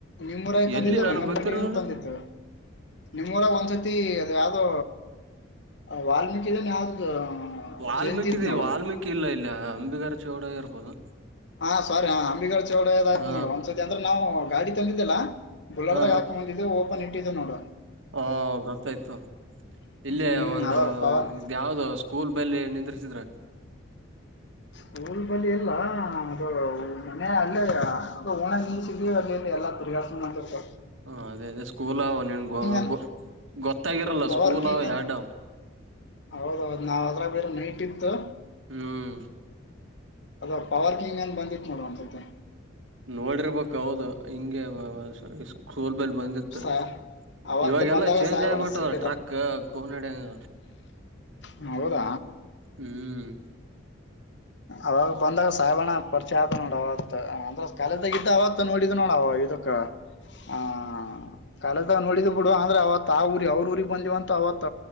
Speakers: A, on the left; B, on the right.
A: ನಿಮ್ಮೂರಾಯ ತಂದಿದ್ದು
B: ಎಲ್ಲಿ
A: ರಂಗಂಪಟ್ಟಿ
B: ನನ್ಗ್ ಗೊತ್ತಿರ್ಲಿಲ್ಲ
A: ತಂದಿತ್ತು ನಿಮಮ್ಮ್ರ ಒಂದ್ಸತಿ ಅದು ಯಾವ್ದೋ ವಾಲ್ಮೀಕಿನ್ ಯಾವ್ದ
B: ವಾಲ್ಮೀಕಿ
A: ಜಯಂತಿ ಇತ್
B: ದ
A: ನೋಡು
B: ವಾಲ್ಮೀಕಿ ಇಲ್ಲ ಇಲ್ಲ ಅಂಬಿಗರ ಚೌಡ ಇರ್ಬೋದು
A: ಹಾ ಸಾರಿ ಹ ಅಂಬಿಗಳ ಚಳದ
B: ಹಾ
A: ನೋಡ ಒಂದ್ಸತಿ ಅಂದ್ರೆ ನಾವು ಗಾಡಿ ತಂದಿದ್ದಿಲ್ಲಾ ಬುಲಡದಾಗ
B: ಹಾ
A: ಹಾಕ ಮುಂದಿದ್ದು ಓಪನ್ ಇಟ್ಟಿದ್ದ ನೋಡು
B: ಹಾ ಗೊತ್ತಾಯ್ತು ಇಲ್ಲೇ
A: ಹ್ಮ್
B: ಒಂದು
A: ಅವ ಪವರ್
B: ಇದ ಯಾವ್ದ ಸ್ಕೂಲ್ ಬೆಲೆ ನಿಂದಿಸಿದ್ರ
A: ಸ್ಕೂಲ್ ಬಳ ಎಲ್ಲ ಅದು ಮನೆ ಅಲ್ಲೇ ಅ ಓಣ ನೀ ಸಿಗ ಅ <unintelligible>
B: ಹ ಅದೇ ಅದೇ ಸ್ಕೂಲ್ ಆ ನೀನು ಹಗ್ಗು
A: ಅನ್
B: ಗೊತ್ತಾಗಿರಲ್ಲ
A: ಪವರ್
B: ಸ್ಕೂಲ್
A: ಕಿಂಗ್
B: ಅವ್
A: ಅಂತ
B: ಎರಡಾವ
A: ಹೌದೌದು ನಾವ್ ಅದ್ರಾಗ ಬೇರೆ ನೈಟ್ ಇತ್ತು
B: ಹ್ಮ್
A: ಅದವಾ ಪವರ್ ಕಿಂಗ್ ಏನ್ ಬಂದಿಟ್ ನೋಡುವಸ್ದ ಒಂದ್ ಸತಿ
B: ನೋಡಿರ್ಬೇಕ ಹೌದು ಹಿಂಗೆ ಸ್ಕೂಲ್ ಬೆಲ್ ಬಂದಿತ್ತು
A: ಸಾ ಅವತ್ತು
B: ಇವಾಗೆಲ್ಲಾ
A: ಬಂದಾಗ
B: ಚೇಂಜ್
A: ಸಾಹೇಬಣ್ಣ
B: ಆಗಬಿಟ್ಟದಲ್ಲ
A: ಸಿಕ್ಕಿದ
B: ಟ್ರಕ್ ಕೋನಡಂಗ
A: ಹ ಹೌದಾ
B: ಹ್ಮ್
A: ಅವಾಗ ಬಂದಾಗ ಸಾಯಬಣ್ಣ ಪರಿಚೆ ಆದ ನೋಡ ಅವತ್ ಅಂದ್ರ ಕಾಲದಾಗಿದ್ದ ಅವತ್ ನೋಡಿದ್ ನೋಡ ಅವಾಗ ಇದುಕ್ಕ ಆ ಕಾಲ ನೋಡಿದ ಬಿಡು ಅಂದ್ರೆ ಅವತ್ ಆ ಊರಿ ಅವ್ರ ಊರಿಗೆಗ್ ಬಂದಿವವಂತ ಅವತ್